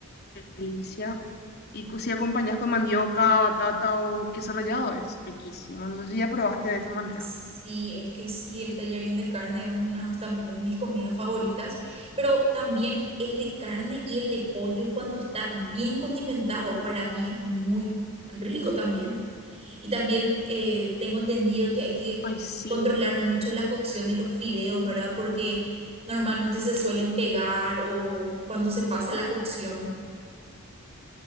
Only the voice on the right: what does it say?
Sí, es que sí, el tallarín de carne es una también de mis comidas favoritas, pero también el de carne y el de pollo cuando está bien condimentado, para mí es muy rico también. Y también eh, tengo entendido que hay que
controlar mucho la cocción de los fideos, ¿verdad? Porque normalmente se suelen pegar o cuando se pasa la cocción.